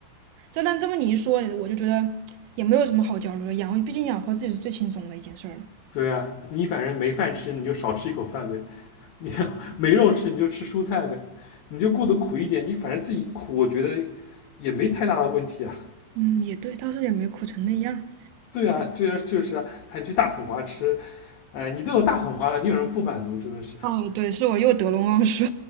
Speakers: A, on the right; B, on the left.
A: 这但这么你一说，我就觉得也没有什么好焦虑的。养，毕竟养活自己是最轻松的一件事儿了。
B: 对呀、你反正没饭吃，你就少吃一口饭呗；你要没肉吃，你就吃蔬菜呗。你就过得苦一点，你反正自己苦，我觉得也没太大的问题啊。
A: 嗯，也对，倒是也没苦成那样
B: 对啊，对啊，就是啊，还去大统华吃哎，你都有大桶花了，你有什么不满足？真的是，
A: 哦，对，是我又得陇望舒。